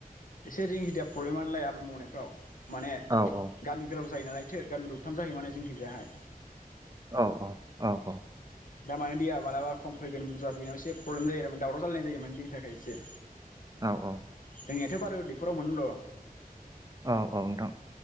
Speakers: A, on the left; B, on the right.
A: एसे रिंखिदिया प्रब्लेमानलाया आबाद मावनायफ्राव माने
B: औ औ
A: गामि गोलाव जायो नालाय थो गामि दरथाम जाहै माने जोंखिजाहाय
B: औ ओ औ‌ ओ
A: दा माने दैया मालाबा खम फैगोन बुरजिफैनायाव एसे प्रब्लेम जायो आरो दावराव जालायनाय जोमोन दैनि थाखाय एसे
B: औ ओ
A: जोंनियाथ बारु दैखराव मोनो र
B: औ औ नोंथां